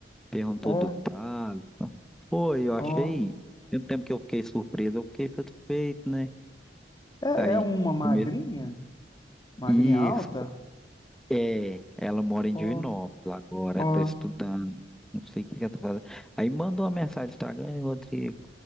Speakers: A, in the centre; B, on the left.
A: Perguntou
B: ó,
A: do Thales. Foi, eu achei.
B: ó.
A: Mesmo tempo que eu fiquei surpreso, eu fiquei satisfeito, né?
B: É,
A: Aí
B: é uma magrinha?
A: começou.
B: Magrinha
A: Isso,
B: alta?
A: é. Ela mora em
B: Ó,
A: Divinópolis agora,
B: ó.
A: ela tá estudando. Não sei o que que ela tá fazendo. Aí mandou uma mensagem no Instagram, "Ei, Rodrigo,